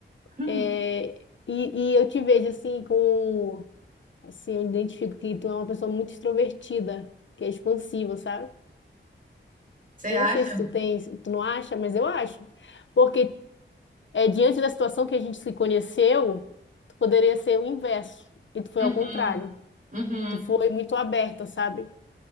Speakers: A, on the right (about 40°); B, on the left (about 65°).
A: Hum.
B: É, e, e eu te vejo assim com, assim, eu identifico que tu é uma pessoa muito extrovertida, que é expansiva, sabe?
A: Você
B: Eu
A: acha?
B: não sei se tu tens, tu não acha, mas eu acho. Porque é, diante da situação que a gente se conheceu, tu poderia ser o inverso, e tu foi
A: Uhum,
B: ao contrário.
A: uhum.
B: Tu foi muito aberta, sabe?